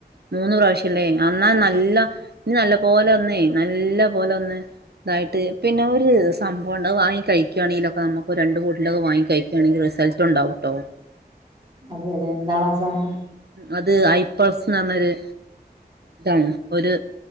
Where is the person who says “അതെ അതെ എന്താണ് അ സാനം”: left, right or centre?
Right